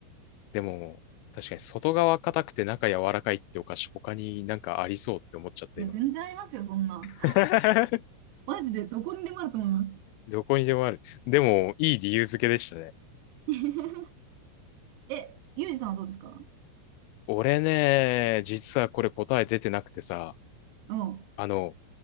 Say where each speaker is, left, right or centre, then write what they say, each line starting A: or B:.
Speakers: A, on the left; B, on the right.
A: でも、確かに外側硬くて中柔らかいってお菓子他になんかありそうって思っちゃった今。
B: いや、全然ありますよ、そんな
A: <laughs>
B: <laughs>。マジで、どこにでもあると思います。
A: どこにでもある。でも、いい理由付けでしたね。
B: <laughs> え、ゆうじさんはどうですか
A: 俺ね、実はこれ答え出てなくてさ、
B: うん。
A: あの、